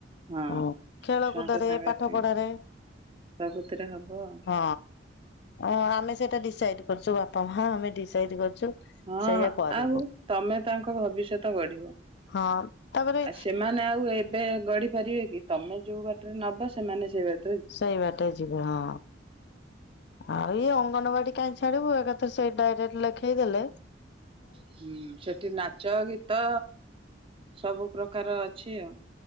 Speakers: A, on the right; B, on the left.
A: ହଁ
B: ହୁଁ ଖେଳ
A: ଛୁଆଙ୍କ
B: କୁଦରେ,
A: ସାଙ୍ଗରେ
B: ପାଠ
A: ଟିକେ
B: ପଢାରେ,
A: ସବୁଥିରେ ହବ ଆଉ।
B: ହଁ, ଆମେ ସେଇଟା ଡିସାଇଟ କରିଛୁ ବା ହଁ ଆମେ ଡିସାଇଟ କରିଛୁ।
A: ହଁ,
B: ସେଇଆ କରିବୁ
A: ଆଉ ତମେ ତାଙ୍କ ଭବିଷ୍ୟତ ଗଢିବ।
B: ହଁ ତାପରେ
A: ଆଉ ସେମାନେ ଆଉ ଏବେ ଗଢି ପାରିବେ କି? ତମେ ଯୋଉ ବାଟରେ ନବ, ସେମାନେ ସେ ବାଟ
B: ସେଇ ବାଟରେ ଯିବେ ହଁ। ଆଉ ଇଏ ଅଙ୍ଗନବାଡି କାଇଁ ଛାଡିବୁ। ଏକାଥରେ ସେଇଟି ଡାଇରେକ୍ଟ ଲେଖେଇଦେଲେ
A: ହୁଁ। ସେଠି ନାଚ, ଗୀତ, ସବୁ ପ୍ରକାର ଅଛି ଆଉ।